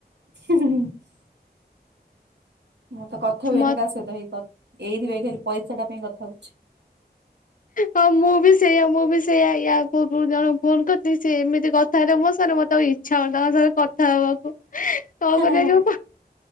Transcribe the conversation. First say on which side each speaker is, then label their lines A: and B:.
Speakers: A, on the right; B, on the left.
A: <inaudible> ମୁଁ ତ କଥା ହୁଏନି
B: ମତେ
A: କାହା ସହିତ ହେଇ କଥ୍-ଏଇଥି ପାଇଁ ଖାଲି ପଇସା ଟା ପାଇଁ କଥା ହଉଚି।
B: ହଁ- ମୁଁ ବି ସେଇୟା ମୁଁ ବି ସେଇୟା ୟା ପୂର୍ବ ରୁ ଜଣେ ଫୋନ୍ କରିଚି ସେ ଏମିତି କଥା ହେଲେ ମୋ ସାଙ୍ଗରେ ମତେ ଆଉ ଇ ଇଚ୍ଛା ହଉନି ତାଙ୍କ ସାଙ୍ଗେ କଥା ହବାକୁ। କଣ
A: ହାଁ
B: କରିବା
A: ହାଁ
B: ଯଉ